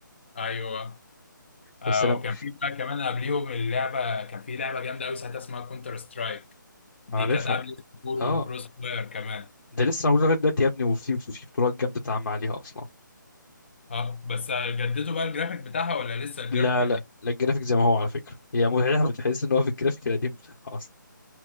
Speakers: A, on the left (about 35°); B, on the left (about 75°).
A: ايوه آه
B: بس انا
A: وكان في بقى كمان قبليهم اللعبه كان في لعبه جامده قوي ساعتها اسمها كونتر سترايك دي
B: عارفها
A: كانت قبل سكور وكروس
B: اه
A: فاير كمان
B: ده لسه موجود لغايه دلوقتي يا ابني وفي في بطولات جامده اتعمل عليها اصلا
A: اه بس جددوا بقى الجرافيك بتاعها ولا لسه الجرافيك
B: لا
A: القديم
B: لا لا الجرافيك زي ما هو على فكره هي متعتها بتحس ان هو في الجرافيك القديم بتاعها اصلا